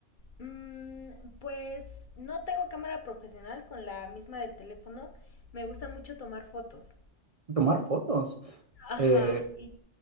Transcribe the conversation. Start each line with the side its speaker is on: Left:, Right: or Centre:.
Left: Mm, pues no tengo cámara profesional con la misma del teléfono. Me gusta mucho tomar fotos.
Right: ¿Tomar fotos?
Left: Ajá,
Right: Eh,
Left: sí.